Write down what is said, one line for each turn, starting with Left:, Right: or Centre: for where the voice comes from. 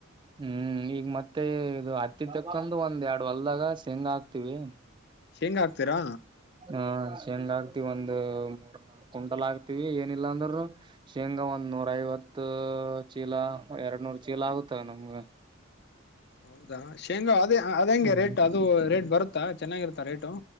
Right: ಹ್ಮ್ ಈಗ ಮತ್ತೆ ಇದು ಹತ್ತಿ ತಕ್ಕೊಂಡ ಒಂದ್ ಎರಡ್ ಹೊಲ್ದಾಗ ಶೇಂಗ ಹಾಕ್ತಿವಿ
Left: ಶೇಂಗಾ ಆಕ್ತಿರಾ
Right: ಹ ಶೇಂಗ ಆಗ್ತಿವಿ ಒಂದ ಕುಂಟಲ್ ಆಗ್ತಿವಿ ಏನಿಲ್ಲಾ ಅಂದ್ರರು ಶೇಂಗಾ ಒಂದು ನೂರ ಐವತ್ತು ಚೀಲ ಎರಡು ನೂರು ಚೀಲ ಆಗುತ್ತವೆ ನಮ್ಗ
Left: ಹೌದಾ ಶೇಂಗಾ ಅದೇ ಅದ ಹೆಂಗೆ
Right: ಹ್ಮ್
Left: ರೇಟ್ ಅದು ರೇಟ್ ಬರುತ್ತಾ ಚೆನ್ನಾಗಿರುತ್ತಾ ರೇಟು